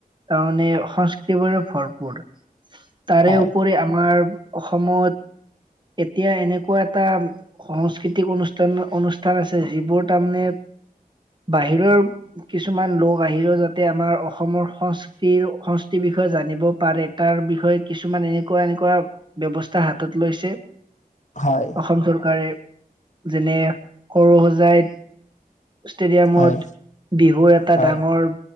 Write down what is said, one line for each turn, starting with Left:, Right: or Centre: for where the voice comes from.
Right: তাৰমানে সংস্কৃতিবোৰে ভৰপূৰ। তাৰে
Left: হয়
Right: উপৰি আমাৰ অসমত, এতিয়া এনেকু কুৱা এটা সংস্কৃতিক অনুষ্ঠান, অনুষ্ঠান আছে, যিবোৰ তাৰমানে বাহিৰৰ কিছুমান লোক আহিও যাতে আমাৰ অসমৰ সংস্কৃ তিৰ, সংস্কৃতিৰ বিষয়ে জানিব পাৰে। তাৰ বিষয়ে কিছুমান এনেকুৱা, এনেকুৱা ব্যৱস্থা হাতত লৈছে।
Left: হয়।
Right: অসম চৰকাৰে, যেনে সৰু-সজাইত ষ্টেডিয়ামত,
Left: হয়
Right: বিহুৰ এটা
Left: হয়।
Right: ডাঙৰ